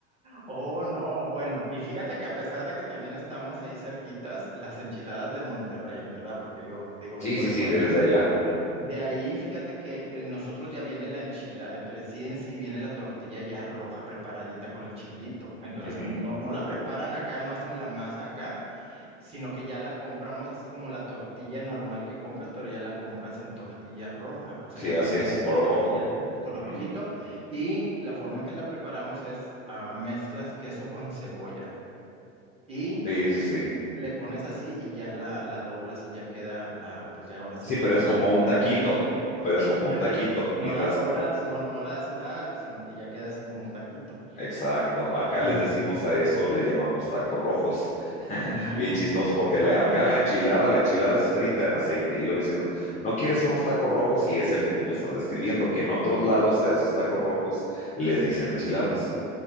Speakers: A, on the right; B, on the left.
A: Oh, no, bueno, y fíjate que a pesar de que también estamos ahí cerquitas, las enchiladas de Monterrey, ¿verdad? Porque yo te digo,
B: Sí,
A: vengo
B: sí,
A: de
B: sí,
A: por
B: desde
A: ahí.
B: allá.
A: De ahí, fíjate que el- nosotros ya viene la enchilada, en, en sí en sí viene la tortilla ya roja preparadita con el chilito. Entonces,
B: ujú,
A: no,
B: ujú,
A: no la preparan acá, no hacen la masa acá sino que ya la compramos así como la tortilla normal que compras, pero ya la compras en tortilla roja, o sea,
B: Sí,
A: ya viene
B: así es, color
A: la tortilla
B: rojo.
A: así, color
B: ujú,
A: rojito, y la forma en que la preparamos es ah, mezclas queso con cebolla y
B: Sí, sí, sí.
A: le pones así y ya la, la doblas y ya queda la, pues ya ahora sí,
B: Sí,
A: ya
B: pero
A: queda
B: es como
A: precisamente
B: un taquito,
A: la enchilada.
B: pero
A: Sí,
B: es como
A: un
B: un
A: taquito.
B: taquito,
A: No
B: mientras,
A: la doras, no, no la haces nada, sino que ya queda así como un taquito.
B: exacto, acá
A: Ujú.
B: les decimos a eso, le llamamos tacos rojos.
A: Mm,
B: bien chistoso, porque
A: Bueno,
B: la- acá la enchilada, la enchilada es frita en aceite, y lo dices, no, no quieres unos tacos rojos, y es el que tú me estás describiendo, que en otros lados a esos tacos rojos les dicen enchiladas.